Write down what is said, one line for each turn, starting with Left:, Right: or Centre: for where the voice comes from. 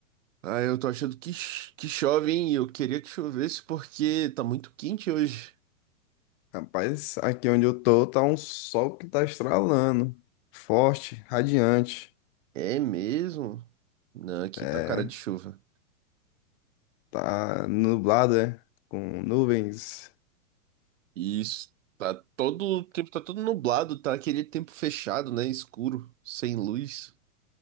Right: Ah, eu tô achando que, ch- que chove, hein? Eu queria que chovesse porque tá muito quente hoje.
Left: Rapaz, aqui onde eu tô tá um sol que tá estralando. Forte, radiante.
Right: É mesmo? Não, aqui
Left: É,
Right: tá cara de chuva.
Left: tá nublado, é? Com nuvens.
Right: E Isso, tá todo o tempo, tá todo nublado, tá aquele tempo fechado, né? Escuro, sem luz.